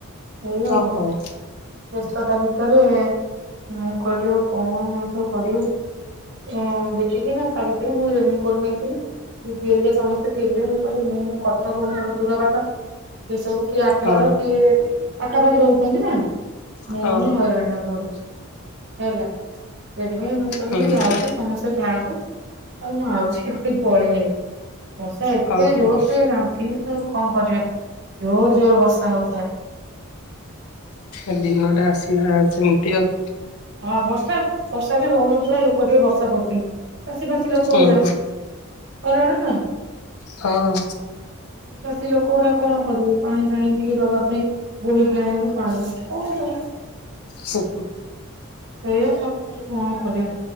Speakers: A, on the right; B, on the left.
A: ଏଇଆ
B: ହଁ
A: ଆଉ।
B: ହଉ
A: ବ୍ୟସ୍ତତା ଭିତରେ ମୁଁ କହିଲି ଆଉ କଣ ମଣିଷ କରିବୁ? ଓଁ ଦେଖିକି ନା ତା ଭିତରେ ମୁଁ ରେନିକୋଟ୍ ନେଇଥିଲି। ଦିଦି ହେରିକା ସମସ୍ତେ ଥିଲେ। ମୁଁ କହିଲି ମୁଁ କଟକ ମୋର ଦୂର ବାଟ। ସିଏ ସବୁ କିଏ ଆଠ
B: ହଁ
A: ଗଡ କିଏ ପାଖାପାଖି ରହୁଛନ୍ତି ନା? ମୁଁ
B: ହଁ
A: ହିଁ ହଇରାଣ ରେ ପଡୁଛି। ହେଲା। ସେଥିପାଇଁ ମୁଁ କହିଲି
B: ହୁଁ
A: ମୁଁ ଯାଉଛି,
B: ହୁଁ
A: ସମସ୍ତେ ଥାଆନ୍ତୁ। ଆଉ ମୁଁ ଆଉଛି। କେମିତି ପଳେଇ ଆଇଲିି। ଵର୍ଷା ଏତେ
B: ହଁ
A: ଜୋର
B: ହଉ
A: ସେ ନା ଦିଲା ଆଉ କଣ କରିବା? ଜୋର ଜୋର ବର୍ଷା ହଉଥାଏ।
B: ଏ ଦିନ ଟା ଆସିଲା ସେମିତି ଆଉ।
A: ହଁ ବର୍ଷା, ବର୍ଷା ବି ହଉନଥିଲା ଲୋକ ଟିକେ ବର୍ଷା କରୁଥିଲେ। ଚାଷୀ ଫାସି ଲୋକ
B: ହୁଁ
A: ଗୁରା
B: ହୁଁ
A: ହଇରାଣ ନା?
B: ହଁ
A: ଚାଷି ଲୋକ ଗୁରା କଣ କରିବେ? ପାଣି ଫଣି ଟିକେ ଦବା ପାଇଁ ବୋହିକି ଆଣି <unintelligible> କଣ କରିବେ?
B: ସୁ <unintelligible>
A: ସେଇଆ <inaudible> କଣ କରିବା?